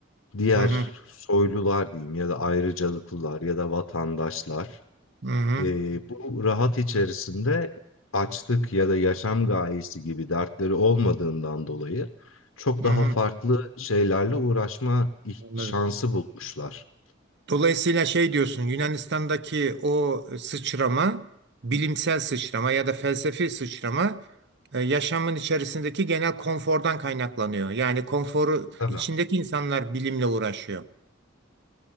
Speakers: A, on the left; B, on the right.
A: diğer
B: Hı hı.
A: soylular diyeyim ya da ayrıcalıklılar ya da vatandaşlar
B: Hı hı.
A: E, bu rahat içerisinde açlık ya da yaşam gayesi gibi dertleri olmadığından dolayı çok
B: Hı
A: daha
B: hı.
A: farklı şeylerle uğraşma ih-
B: Anladım.
A: şansı bulmuşlar.
B: Dolayısıyla şey diyorsun Yunanistan'daki o sıçrama, bilimsel sıçrama ya da felsefi sıçrama e, yaşamın içerisindeki genel konfordan kaynaklanıyor. Yani konforu
A: Tabii.
B: içindeki insanlar bilimle uğraşıyor.